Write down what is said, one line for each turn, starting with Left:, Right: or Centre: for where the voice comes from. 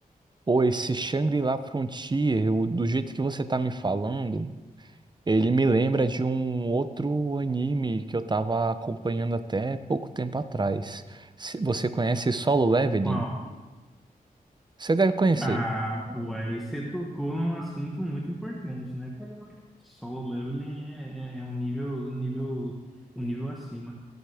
Right: Pô, esse Shangri-La Frontier, o- do jeito que você tá me falando, Ele me lembra de um outro anime que eu tava acompanhando até pouco tempo atrás. Se- Você conhece Solo Leveling?
Centre: Uau.
Right: Você deve conhecer.
Centre: Ah, pô, aí você tocou num assunto muito importante, né? Solo leveling é, é é um nível, um nível, um nível acima.